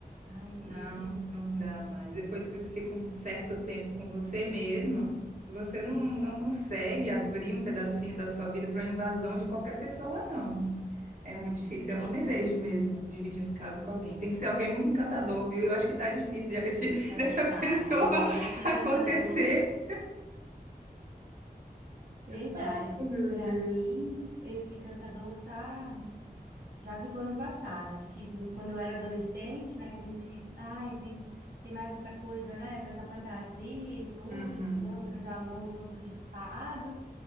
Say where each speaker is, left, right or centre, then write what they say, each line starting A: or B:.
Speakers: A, on the right; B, on the right.
A: ai, meio
B: não,
A: que,
B: não dá mais. Depois que você fica um certo tempo com você mesma, você não,
A: é,
B: não consegue abrir um pedacinho da sua vida para invasão de qualquer pessoa, não. É muito
A: né?
B: difícil. Eu não me vejo mesmo dividindo casa com alguém. Tem que ser alguém muito encantador, viu? Eu acho que tá difícil de- de- <laughs>
A: Pode-
B: dessa
A: Tá,
B: pessoa
A: é
B: <laughs>
A: esse encantador,
B: acontecer.
A: verdade.
B: Ai, meu
A: Para
B: Deus.
A: mim, esse encantador tá já ficou no passado. Acho que no- quando eu era adolescente, né, que a gente, ai, tem tem mais essa coisa, né, dessa fantasia e tudo,
B: Uhum,
A: de viver um grande amor de conto de fadas,